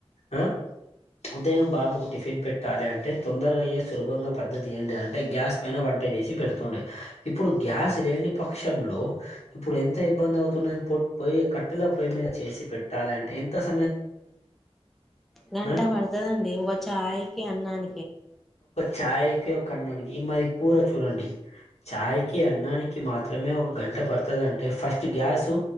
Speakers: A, on the left (about 85°); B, in the centre.
A: ఆ ఉదయం బాబుకు టిఫిన్ పెట్టాలి అంటే తొందరగా అయ్యే సులభంగా పద్దతి ఏంటి అంటే గ్యాస్ పైన వంట వంటచేసి పెడుతుండే ఇప్పుడు గ్యాస్ లేని పక్షంలో ఇప్పుడు ఎంత ఇబ్బంది అవుతుందో పొయ్యి కట్టెల పొయ్యి మీద చేసి పెట్టాలి అంటే ఎంత సమయం పడుతదండి
B: గంట
A: ఆ
B: పడతదండి ఒక ఛాయకి అన్నానికి
A: ఛాయకి ఓ కనన్ను నికి ఈ మరి పూర చూడండి చాయ్కి అన్నానికి మాత్రమే ఒక గంట పడుతుందంటే ఫస్ట్ గ్యాసు